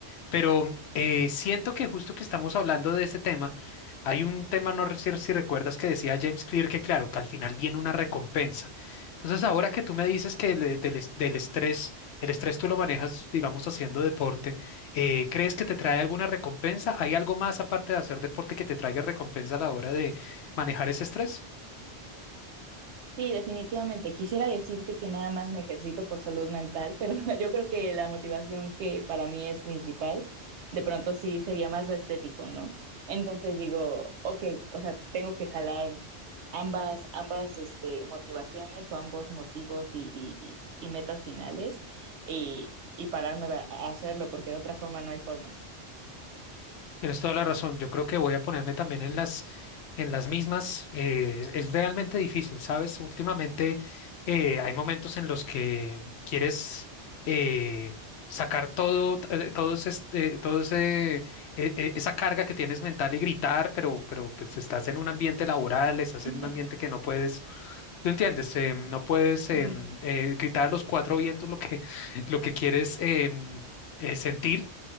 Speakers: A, on the left (about 70°); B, on the right (about 75°).
A: Pero eh, siento que justo que estamos hablando de ese tema, hay un tema, no sé si si recuerdas que decía James Clear que claro, que al final viene una recompensa. Entonces, ahora que tú me dices que le- del, es- del estrés, el estrés tú lo manejas, digamos, haciendo deporte, eh, ¿crees que te trae alguna recompensa? ¿Hay algo más aparte de hacer deporte que te traiga recompensa a la hora de manejar ese estrés?
B: Sí, definitivamente. Quisiera decirte que nada más me ejercito por salud mental, pero <laughs> yo creo que la motivación que para mí es principal, de pronto sí sería más lo estético, ¿no? Entonces digo, ok, o sea, tengo que jalar ambas, ambas, este, motivaciones o ambos motivos y, y- y- y metas finales y, y pararme a a hacerlo, porque de otra forma no hay forma.
A: Tienes toda la razón. Yo creo que voy a ponerme también en las, en las mismas. Eh, es realmente difícil, ¿sabes? Últimamente eh, hay momentos en los que quieres eh, sacar todo, eh, todo ese, este, todo ese, eh, eh, esa carga que tienes mental y gritar, pero, pero pues estás en un ambiente laboral, estás
B: <laughs>
A: en un ambiente que no puedes ¿Tú entiendes? em, no puedes em,
B: Mm.
A: eh, gritar a los cuatro vientos lo que, <laughs> lo que quieres em, eh, sentir,